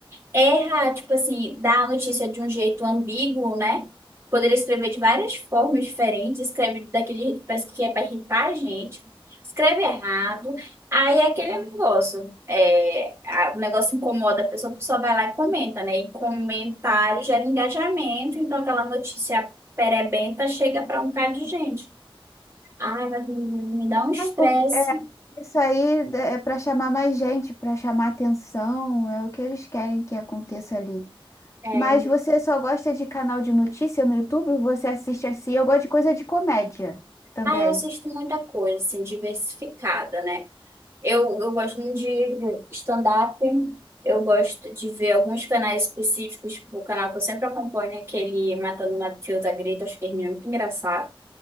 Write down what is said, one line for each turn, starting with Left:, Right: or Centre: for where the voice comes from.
Right: erra, tipo assim, dá a notícia de um jeito ambíguo, né? Poderia escrever de várias formas diferentes, escreve daquele jeito que parece que é para irritar a gente, escreve errado, aí é aquele negócio, é, a- o negócio incomoda a pessoa, a pessoa vai lá e comenta, né? E comentário gera engajamento, então aquela notícia perebenta chega para um bocado de gente. Ai, mas me, me dá um estresse.
Left: É porque- é, isso aí é para chamar mais gente, para chamar atenção, é o que eles querem que aconteça ali.
Right: É,
Left: Mas você só gosta de canal de notícia no YouTube? Você assiste assim? Eu gosto de coisa de comédia também.
Right: ah, eu assisto muita coisa, assim, diversificada, né? Eu, eu gosto muito de stand-up. Eu gosto de ver alguns canais específicos, tipo o canal que eu sempre acompanho, é aquele Matando o Matheus da Greta, acho que ele é muito engraçado.